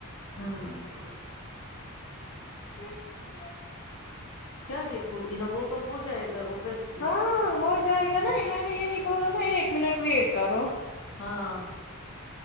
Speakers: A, on the left; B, on the left.
A: ہوں
B: <inaudible>
A: کیا دیکھو گی نا وہ تو ہو جائے گا وہ بس
B: ہاں ہو جائے گا نا میں نے یہی بولا نا ایک منٹ ویٹ کرو
A: ہاں